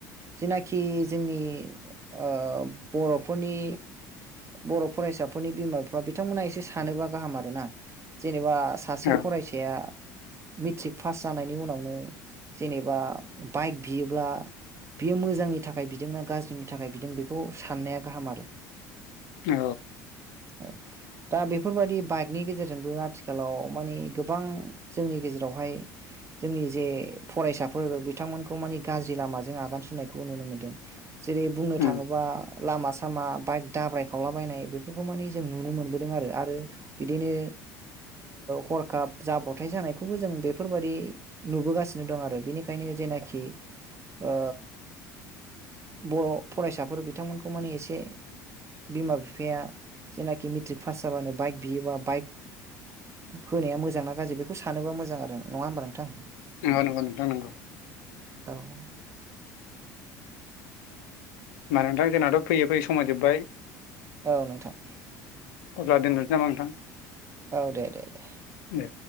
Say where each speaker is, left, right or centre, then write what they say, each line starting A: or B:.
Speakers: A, on the right; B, on the left.
A: जेनाखि जोंनि। ओ फोरनि बर' बर' फरायसाफोरनि बिमा बिफा बिथांमोना एसे सानोबा गाहाम आरो ना जेने बा सासे
B: औ
A: फरायसाया। मिट्रिक। पास जानायनि उनावनो जेनेबा बाइक बियोब्ला बियो मोजांनि थाखाय बिदोंना गाज्रिनि थाखाय बिदों बेखौ साननाया गाहाम आरो।
B: औ।
A: औ दा बेफोरबादि बाइकनि गेजेरजोंबो आथिखालाव मानि गोबां जोंनि गेजेरावहाय। जोंनि जे फरायसाफोर बिथांमोनखौ मानि गाज्रि लामाजों आगान सुरनायखौ नुनो मोनदों। जेरै बुंनो
B: उम
A: थाङोबा लामा सामा बाइक दाब्राय खावलाबायनाय बेफोरखौ माने जों नुनो मोनबोदों आरो आरो बिदिनो हरखाब ओ जाब्रथाय जानायखौबो जों बे बेफोरबायाददि नुबोगासिनो दं आरो बिनिखायनो जेनाखि ओ बर' फरायसाफोर बिथांमोनखौ मानि एसे बिमा बिफाया जेनाखि मेट्रिक पास जाबानो बाइक बियोबा बाइक होनाया मोजांना गाज्रि बेखौ सानोबा मोजां आरो नङा होमबा नोंथां
B: नंगौ नंगौ नोंथां नंगौ
A: औ
B: मा नोंथां जोंनाथ' फैयै फैयै समा जोब्बाय
A: औ नोंथां
B: अब्ला दोनथ'नोसै नामा नोंथां
A: औ दे दे दे
B: दे